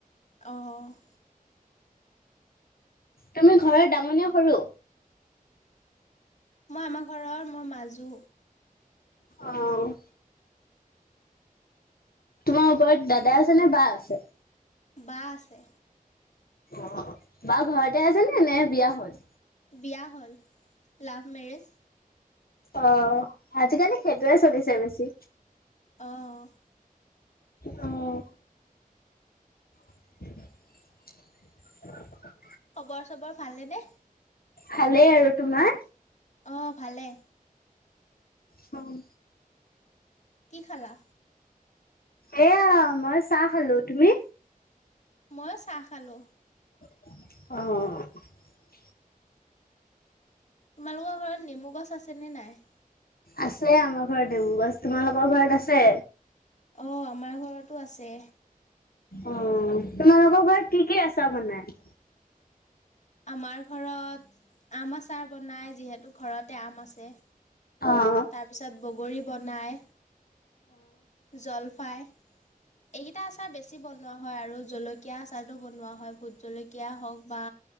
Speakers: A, on the left; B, on the left.
A: অ'।
B: তুমি ঘৰৰ ডাঙনে সৰু?
A: মই আমাৰ ঘৰৰ মই মাজু।
B: অ'। তোমাৰ ওপৰত দাদা আছে নে বা আছে?
A: বা আছে।
B: অ', বা ঘৰতে আছে নে, নে বিয়া হ'ল?
A: বিয়া হ'ল। Love marriage?
B: অ', আজিকালি সেইটোৱে চলিছে বেছি।
A: অ'।
B: অ'। <inaudible>
A: খবৰ চবৰ ভালেনে?
B: ভালেই আৰু তোমাৰ?
A: অ', ভালে।
B: উ।
A: কি খালা?
B: এয়া মই চাহ খালো। তুমি?
A: মইও চাহ খালো।
B: অঁ।
A: তোমালোকৰ ঘৰত নেমু গছ আছেনে নাই?
B: আছে আমাৰ ঘৰত নেমু গছ, তোমালোকৰ ঘৰত আছে?
A: অ', আমাৰ ঘৰতো আছে।
B: অ', তোমালোকৰ ঘৰত কি কি আচাৰ বনাই?
A: আমাৰ ঘৰত, আম আচাৰ বনাই যিহেতু ঘৰতে আম আছে।
B: অঁ।
A: তাৰপিছত বগৰী বনায়। জলফাই এইকেইটা আচাৰ বেছি বনোৱা হয় আৰু জলকি কিয়া চাৰোতো বনোৱা হয় ভোট জলকীয়া হওক বা